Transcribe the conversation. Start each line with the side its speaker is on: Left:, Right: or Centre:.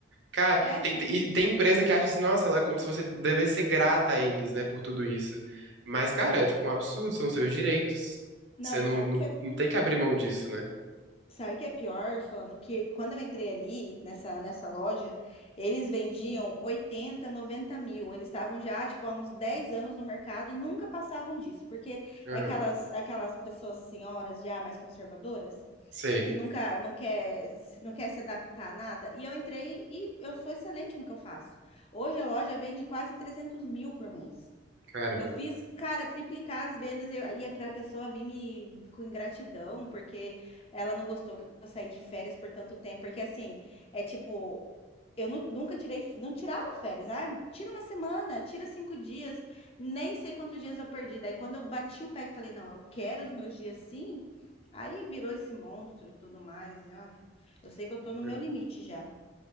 Right: cara,
Left: É,
Right: tem, tem- e tem empresa que acha assim, nossa, ela é como se você devesse ser grata a eles, né, por tudo isso. Mas, cara, é tipo um absurdo, são seus direitos.
Left: não,
Right: Você
Left: e
Right: não,
Left: sabe
Right: não,
Left: que é
Right: não tem que abrir mão disso, né?
Left: Sabe o que é pior, falando que quando eu entrei ali nessa, nessa loja, eles vendiam 80, 90 mil. Eles estavam já, tipo, há uns 10 anos no mercado e nunca passavam disso, porque é
Right: Aham,
Left: aquelas, aquelas pessoas senhoras já mais conservadoras
Right: sei,
Left: que nunca não quer, se- não quer se adaptar a nada. E eu entrei e eu sou excelente no que eu faço. Hoje a loja vende quase 300 mil por mês.
Right: caramba.
Left: Eu fiz, cara, triplicar as vendas e e é pra pessoa vir me com ingratidão, porque ela não gostou que eu saí de férias por tanto tempo. Porque assim, é tipo, eu nu- nunca tirei, não tirava férias. Ah, tira uma semana, tira cinco dias, nem sei quantos dias eu perdi. Daí quando eu bati o pé que falei, não, eu quero os meus dias sim, aí virou esse monstro e tudo mais. Ai, eu sei que eu tô no meu
Right: é.
Left: limite já.